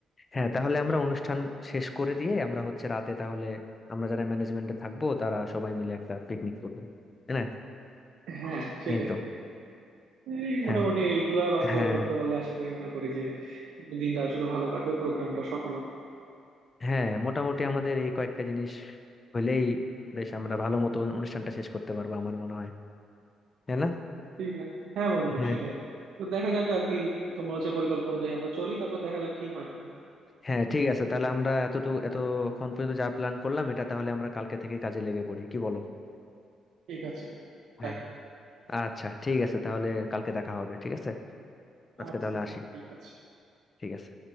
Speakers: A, on the left (about 30°); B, on the right (about 75°).
A: হ্যাঁ তাহলে আমরা অনুষ্ঠান শেষ করে দিয়ে আমরা হচ্ছে রাতে তাহলে আমরা যারা ম্যানেজমেন্টে থাকবো তারা সবাই মিলে একটা পিকনিক করবো তাই না
B: হ্যাঁ সেটাই
A: এই তো
B: এই মোটামুটি
A: হ্যাঁ
B: এইগুলা বাস্তবায়ন
A: হ্যাঁ
B: করতে পারলে আশা করি মনে করি যে দিনটা আসলে ভালো কাটবে প্রোগ্রামটা সফল হবে
A: হ্যাঁ মোটামুটি আমাদের এই কয়েকটা জিনিস হইলেই বেশ আমরা ভালো মতো অনুষ্ঠানটা শেষ করতে পারবো আমার মনে হয় তাই না
B: ঠিক আছে হ্যাঁ বন্ধু
A: হ্যাঁ
B: সেটাই তো দেখা যাক আর কি তোমার হচ্ছে পরিকল্পনা অনুযায়ী আমরা চলি তারপর দেখা যাক কি হয় না হয়
A: হ্যাঁ ঠিক আছে তাহলে আমরা এতটুকু এতক্ষণ পর্যন্ত যা প্ল্যান করলাম এটা তাহলে আমরা কালকে থেকে কাজে লেগে পড়ি কি বলো
B: ঠিক আছে বন্ধু।
A: হ্যাঁ
B: তাই হোক
A: আচ্ছা ঠিক আছে তাহলে কালকে দেখা হবে ঠিক আছে আজকে
B: আচ্ছা
A: তাহলে
B: বন্ধু,
A: আসি
B: ঠিক আছে
A: ঠিক আছে